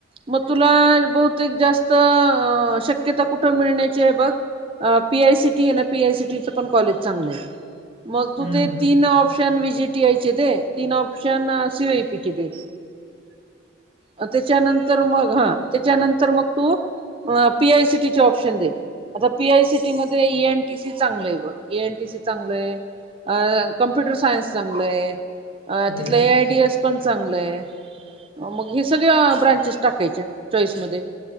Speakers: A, on the right (about 25°); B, on the left (about 65°).
A: म तुला बहुतेक जास्त अ शक्यता कुठं मिळण्याची आहे बघ. अ पी आय सी टी आहे ना पी आय सी टी च पण कॉलेज चांगलं आहे मग तू
B: हम्म
A: ते. तीन option V G T I चे दे तीन option C O E P चे दे.
B: <inaudible>
A: अ त्याच्यानंतर मग हा त्याच्यानंतर मग तू अ पी आय सी टी चे ऑप्शन दे. आता पी आय सी टी मध्ये ए एन टी सी चांगलं आहे बघ ए एन टी सी चांगलंय अ कम्प्युटर सायन्स चांगलंय.
B: हम्म
A: अ तिथलं ए आय डी एस पण चांगलंय मग हे सगळ्या ब्रांचेस टाकायच्या चॉईसमध्ये.